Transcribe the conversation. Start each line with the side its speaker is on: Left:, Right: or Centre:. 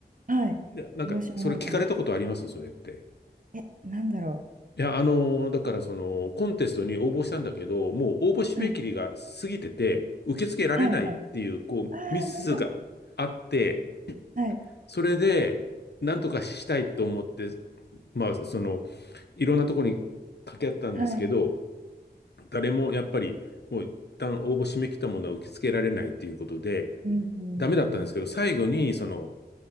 Right: はい、
Left: でなんか、
Right: プロシュもないかも。
Left: それ聞かれたことありますそれって。
Right: え、なんだろ
Left: いや、あのーだからその、コンテストに応募したんだけど、もう応募締め切りが過ぎてて、
Right: う。はい、
Left: 受け付けられないっていう、
Right: はい、はい。
Left: こう、
Right: ああ、
Left: ミスがあって、
Right: なんか、はい、
Left: それで、なんとかしたいと思って、まあ、その、いろんなとこに掛け合ったんですけど、
Right: はい、
Left: 誰もやっぱり、もう一旦応募締め切ったものは受け付けられないっていうことで、
Right: うん、
Left: ダメだったんですけど、
Right: うん
Left: 最後に、その、